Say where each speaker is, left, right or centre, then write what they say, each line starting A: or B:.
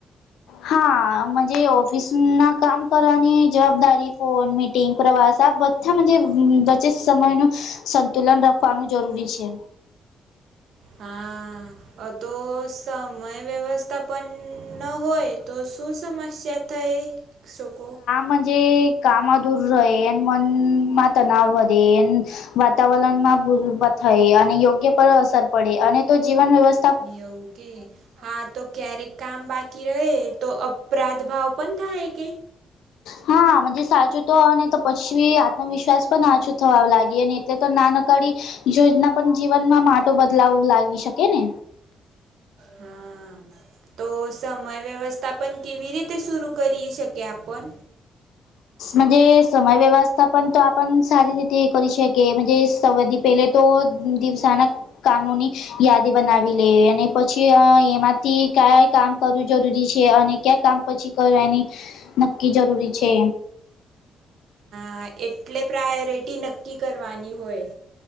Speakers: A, on the left; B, on the right.
A: હા મજ ઓફિસના કામ કરાની જવાબદારી ફોન મીટિંગ પ્રવાસ આ બ <unintelligible> વચેત સમયનુ સંતુલન રાખવાનું જરૂરી છે.
B: હા. અતો સમય વ્યવસ્થા પન ન હોય તો શું સમસ્યા થય શકો
A: મજે કામ અધુરુ રય અન મન માંત ના વધે વાતાવરણમાં ભૂલ થાય અને યોગ્ય પર અસર પડે અને તો જીવન વ્યવ
B: એવું કે હા તો ક્યારેક કામ બાકી રહે તો અપરાધ ભાવ પણ થાય કે?
A: હ મજે સાચું તો ને તો પછી આત્મવિશ્વાસ પણ આછું થવા લાગે ને એટલે તો નાનકાડી યોજના પણ જીવનમાં માટો બદલાવ લાવી શકે ને
B: હા. તો સમય વ્યવસ્થા પણ કેવી રીતે સુરુ કરી શકી આપન
A: મજ સમય વ્યવસ્થા પન તો આપન સારી રીતે કરી શકીએ મજે સાવદી પેલે તો દિવસાના કામોની યાદી બનાવી લે અને પછી એમાંથી કાય કામ કરવું જરૂરી છે, અને ક્યાં કામ પછી કરવાની નક્કી જરૂરી છે.
B: હા એટલે પ્રાયોરિટી નક્કી કરવાની હોય.